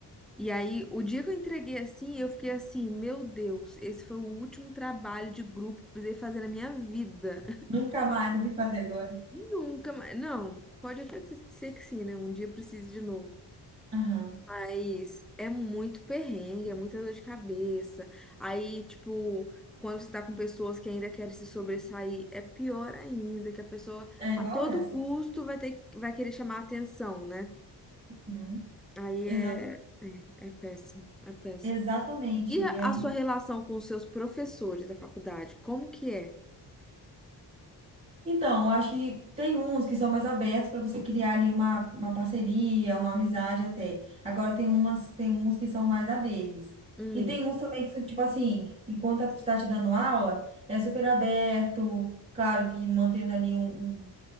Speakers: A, in the centre; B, on the right.
A: E aí, o dia que eu entreguei assim, eu fiquei assim, meu Deus, esse foi o último trabalho de grupo que eu precisei fazer na minha vida.
B: Nunca mais eu vou fazer agora.
A: <laughs> Nunca mais. Não, pode até ser que sim, né? Um dia eu precise de novo.
B: Aham.
A: Mas é muito perrengue, é muita dor de cabeça. Aí, tipo, quando você tá com pessoas que ainda querem se sobressair, é pior ainda, que a pessoa
B: É igual
A: a todo
B: essa.
A: custo vai ter, vai querer chamar a atenção, né?
B: Uhum.
A: Aí
B: Exata-
A: é É péssimo, é péssimo.
B: Exatamente.
A: E a,
B: E aí.
A: a sua relação com os seus professores da faculdade, como que é?
B: Então, eu acho que tem uns que são mais abertos para você criar ali uma, uma parceria, uma amizade até. Agora tem umas, tem uns que são mais a deles.
A: Hum,
B: E tem uns também que, tipo assim, enquanto está te dando aula, é super aberto, claro que mantendo ali um, um,